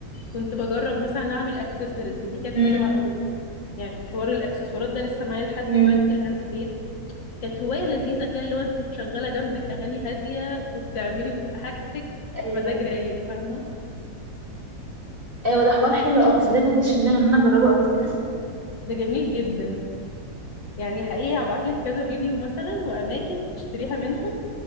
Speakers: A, on the left; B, on the right.
A: كنت بجرب مثلا اعمل اكسسوارز ودي كانت
B: أمم.
A: حلوة قوي يعني حوار الاكسسوارات ده لسه معايا لحد
B: امم
A: دلوقتي الهاند ميد كانت هواية لذيذة كده اللي هو انت مشغلة جنبك اغاني هادية وبتعملي حاجتك
B: آه،
A: في مزاج رايق فاهمة
B: ايوه ده حوار حلو قوي بس ده ما جاش في دماغي ان انا اجربه قبل كده
A: ده جميل جدا يعني حقيقي هبعتلك كذا فيديو مثلا واماكن تشتريها منهم